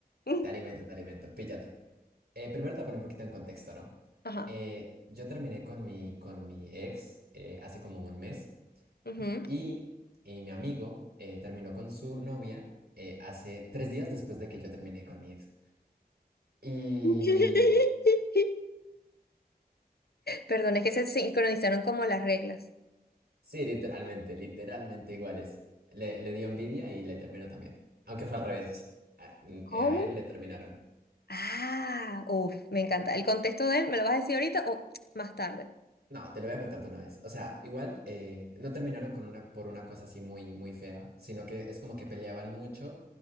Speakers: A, on the left; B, on the right.
A: <laughs> Mm,
B: te alimento, te alimento, píllate. Eh, primero te pongo un poquito en contexto, ¿no?
A: Ajá.
B: Eh, yo terminé con mi, con mi ex eh, hace como un mes
A: ujú.
B: y, y mi amigo eh, terminó con su novia eh, hace tres días después de que yo terminé con mi ex. Y
A: <laughs> Perdón, es que se sincronizaron como las reglas.
B: Sí, literalmente, literalmente iguales. Le, le dio envidia y le terminó también. Aunque fue al revés. A, mm, eh,
A: ¿Cómo?
B: a él le terminaron.
A: Ah, uff, me encanta. ¿El contexto de él me lo vas a decir ahorita o más tarde?
B: No, te lo voy a contar de una vez. O sea, igual eh, no terminaron con una, por una cosa así muy, muy fea, sino que es como que peleaban mucho